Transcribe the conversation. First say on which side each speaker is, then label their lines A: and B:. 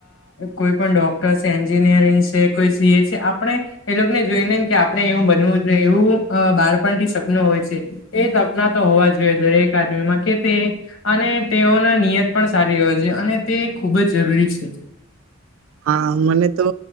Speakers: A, on the left (about 70°); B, on the right (about 70°).
A: કોઈ પણ ડોક્ટર છે છ <unintelligible> કોઈ સીએ છે આપણે એ લોકોને જોઈ ને કે આપણે એવું બનવું જોઈએ એવું <unintelligible> સપનું હોય છે એ સપના તો હોવા જોઈએ દરેક આદમીમાં કે તે અને તેઓના નિયત પણ સારી રહ્યો છે અને તે ખૂબ જ જરૂરી છે
B: હા મને તો